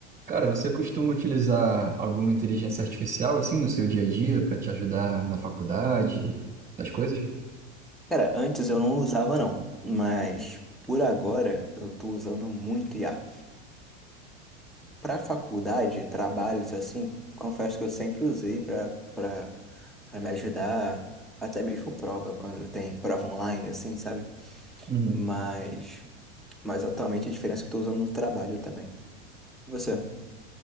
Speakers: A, on the right; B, in the centre.
A: Cara, você costuma utilizar alguma inteligência artificial assim no seu dia a dia para te ajudar na faculdade, das coisas?
B: Cara, antes eu não usava não, mas por agora eu tô usando muito IA. Pra faculdade, trabalhos assim, confesso que eu sempre usei pra para para me ajudar, até mesmo prova quando tem prova online assim, sabe?
A: Uhum.
B: Mas mas atualmente a diferença é que eu tô usando no trabalho também. Você?